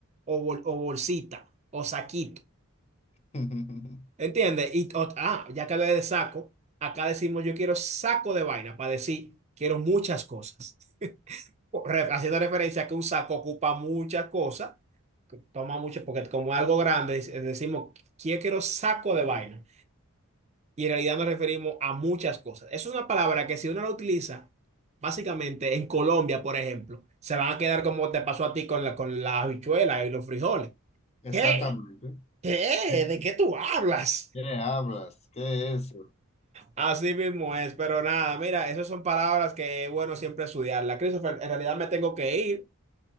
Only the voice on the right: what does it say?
o, bol- o bolsita o saquito.
¿Entiendes? Y ot- ah, ya que hablé de saco, acá decimos yo quiero saco de vaina para decir quiero muchas cosas. O re- Haciendo referencia a que un saco ocupa muchas cosas, que toma mucho, porque como es algo grande, dec- decimos yo quiero saco de vaina. Y en realidad nos referimos a muchas cosas. Eso es una palabra que si uno la utiliza, básicamente en Colombia, por ejemplo, se van a quedar como te pasó a ti con la, con la habichuela y los frijoles.
¿Qué? ¿Qué?
¿De qué tú hablas?
Así mismo es, pero nada, mira, esas son palabras que es bueno siempre estudiarlas. Christopher, en realidad me tengo que ir,